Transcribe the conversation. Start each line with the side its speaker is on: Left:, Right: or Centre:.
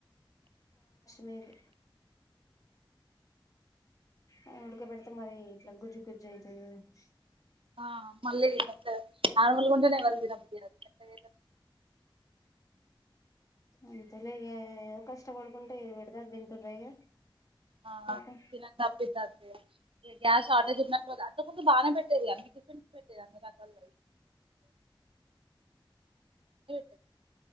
Left: లేదు ఆ ఉడక పెడితే మరి ఇట్లా గుజ్జు గుజ్జు అయితది కావచ్
Right: ఆ మళ్ళీ ఎంత నార్మల్ ఉంటనే <unintelligible>
Left: అంతేలే ఇగ ఏదో కష్టపడుకుంట ఏది పెడితే అది తింటుర్రా ఇగ
Right: ఆ
Left: పాపం
Right: తినందప్ <unintelligible> గ్యాస్ షార్టేజ్ ఉంది అంటవ్ గా అంతకు ముందు బానే పెట్టేది అన్నీ టిఫిన్స్ పెట్టేది అన్నిరకాలు పెట్టేది